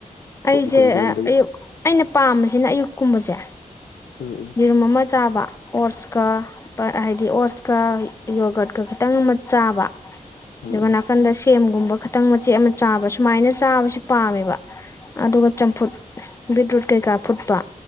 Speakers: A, on the left; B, on the left.
A: ꯑꯩꯁꯦ
B: ꯑꯗꯨꯝ ꯌꯦꯔꯨꯝꯗꯒꯤ
A: ꯑꯌꯨꯛ ꯑꯩꯅ ꯄꯥꯝꯕꯁꯤꯅ ꯑꯌꯨꯛ ꯀꯨꯝꯕꯁꯦ
B: ꯎꯝ ꯎꯝ
A: ꯌꯦꯔꯨꯝ ꯑꯃ ꯆꯥꯕ ꯑꯣꯔꯁꯀ ꯍꯥꯏꯗꯤ ꯑꯣꯠꯁꯀ ꯌꯣꯒꯠꯀ ꯈꯤꯇꯪ ꯑꯃ ꯆꯥꯕ
B: ꯎꯝ
A: ꯗꯣꯟ
B: ꯎꯝ
A: ꯑꯀꯟꯗꯁꯤ ꯁꯦꯝꯒꯨꯝꯕ ꯈꯈꯤꯇꯪ ꯃꯆꯦꯠ ꯑꯃ ꯆꯥꯕ ꯁꯨꯃꯥꯏꯅ ꯆꯥꯕꯕꯁꯤꯦ ꯄꯥꯝꯃꯦꯕ ꯑꯗꯨꯒ ꯆꯝꯐꯨꯠ ꯕꯤꯠꯔꯨꯠ ꯀꯩꯀꯥ ꯐꯨꯠꯄ